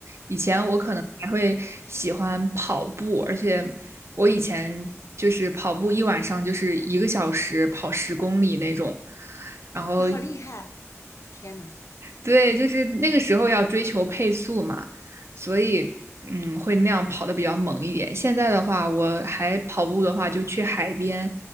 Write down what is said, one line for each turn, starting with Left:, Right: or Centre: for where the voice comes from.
Right: 以前我可能还会喜欢跑步，而且我以前就是跑步一晚上就是一个小时跑十公里那种，然后
Left: 你好厉害！天呐，
Right: 对，就是那个时候要追求配速嘛，所以嗯，会那样跑的比较猛一点。现在的话，我还跑步的话，就去海边，